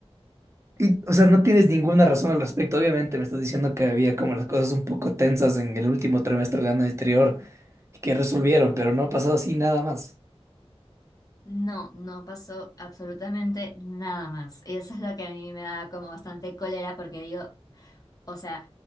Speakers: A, on the right (about 25°); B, on the left (about 35°).
A: Y, o sea, no tienes ninguna razón al respecto. Obviamente me estás diciendo que había como las cosas un poco tensas en el último trimestre del año anterior y que resolvieron, pero no ha pasado así nada más.
B: no, no pasó absolutamente nada más. Y eso es lo que a mí me da como bastante cólera porque digo... O sea,